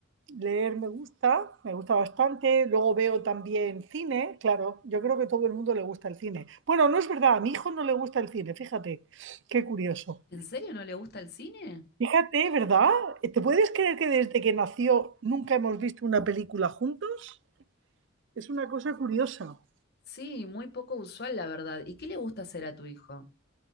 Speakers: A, on the right (about 60°); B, on the left (about 50°).
A: Leer me gusta, me gusta bastante. Luego veo también cine, claro. Yo creo que todo el mundo le gusta el cine. Bueno, no es verdad, a mi hijo no le gusta el cine, fíjate, qué curioso.
B: ¿En serio no le gusta el cine?
A: Fíjate, ¿verdad? ¿Te puedes creer que desde que nació nunca hemos visto una película juntos? Es una cosa curiosa.
B: Sí, muy poco usual, la verdad. ¿Y qué le gusta hacer a tu hijo?